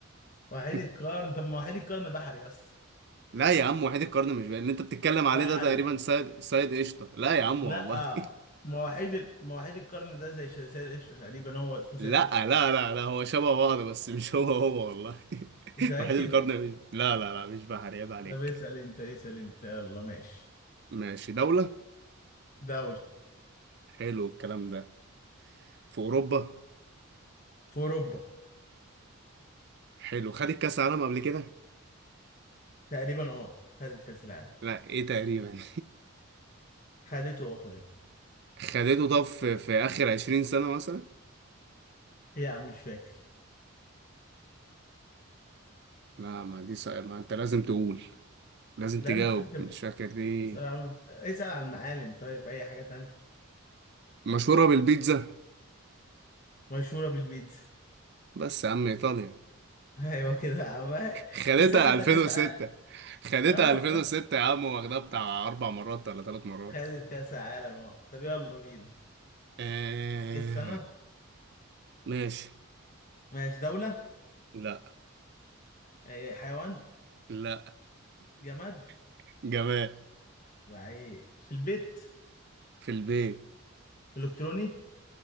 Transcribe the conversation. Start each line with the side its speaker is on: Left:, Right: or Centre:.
Left: وحيد
Right: <laughs>
Left: القرن طب ما وحيد القرن بحري بس
Right: لا يا عم وحيد القرن مش بقى اللي انت بتتكلم عليه
Left: بحري
Right: ده تقريبا سيد سيد قشطه لا يا عم
Left: لا
Right: والله <laughs>
Left: مواعيد ال- مواعيد القرن ده زي ش- سيد قشطة تقريبا هو اسمه
Right: لا
Left: سيد قشطة
Right: لا لا لا هو شبه بعض بس مش هو هو والله <laughs>
Left: متأكد
Right: وحيد القرن مش لا لا لا مش بحر عيب عليك
Left: طب اسأل انت اسأل انت يلا ماشي
Right: ماشي دولة
Left: دولة
Right: حلو الكلام ده في أوروبا
Left: في أوروبا
Right: حلو خدت كأس عالم قبل كده
Left: تقريبا اه خدت كأس العالم
Right: لا ايه تقريبا
Left: خدته اه خدته
Right: <laughs> خدته طب في, في اخر عشرين سنة مثلا
Left: لا مش فاكر
Right: لا ما دي صعبة ما انت لازم تقول لازم
Left: لا
Right: تجاوب
Left: مش فاكر
Right: مش فاكر دي
Left: اسأل عن اسأل عن المعالم طيب أي حاجة تانية
Right: مشهورة بالبيتزا
Left: مشهورة بالبيتزا
Right: بس يا عم ايطاليا
Left: <laughs> أيوة كده يا عم
Right: خدتها
Left: بس هي خدت
Right: 2006
Left: كأس عالم
Right: خدتها
Left: اه
Right: 2006
Left: خدت
Right: يا عم واخدها بتاع اربع مرات ولا ثلاث مرات
Left: خدت كأس عالم اه طب يلا بينا
Right: آه...
Left: ايه السنة
Right: ماشي
Left: ماشي دولة
Right: لا
Left: إيه، حيوان
Right: لا
Left: جماد
Right: <laughs> جمال
Left: لعيب في البيت
Right: في البيت
Left: الكتروني